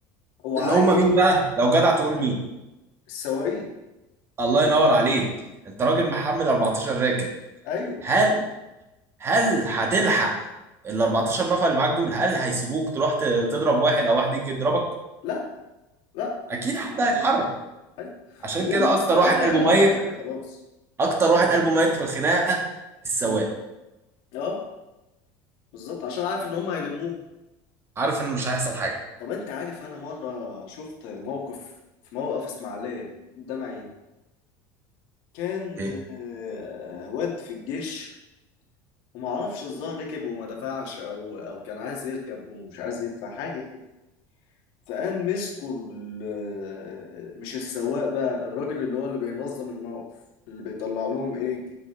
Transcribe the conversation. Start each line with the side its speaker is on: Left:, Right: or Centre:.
Left: هو
Right: اللي
Left: عايز
Right: هم مين بقى لو جدع تقول مين
Left: السواقين
Right: الله ينور عليك انت راجل
Left: ها؟
Right: محمل 14 راكب
Left: ايوه
Right: هل
Left: ايوه
Right: هل هتلحق ال 14 نفر اللي معاك دول هل هيسيبوك تروح ت- تضرب واحد او واحد يجي يضربك
Left: لا لا
Right: اكيد
Left: مش
Right: حد هيتحرك
Left: مش هيسيبوه. ايوه
Right: عشان
Left: وهم
Right: كده اكتر
Left: السواقين
Right: واحد قلبه
Left: اخدوا
Right: ميت
Left: على كده خلاص
Right: اكتر واحد قلبه ميت في الخناقه السواق
Left: مم. اه بالظبط عشان عارف ان هم هيلموهم
Right: عارف ان مش هيحصل حاجه
Left: طب انت عارف انا مره شفت موقف في موقف اسماعيليه قدام عيني كان
Right: ايه
Left: آه، واد في الجيش ومعرفش الظاهر ركب وما دفعش او او كان عايز يركب ومش عايز يدفع حاجه كده فقام مسكوا ال- آه، مش السواق بقى الراجل اللي هو اللي بينظم الموقف اللي بيطلع لهم ايه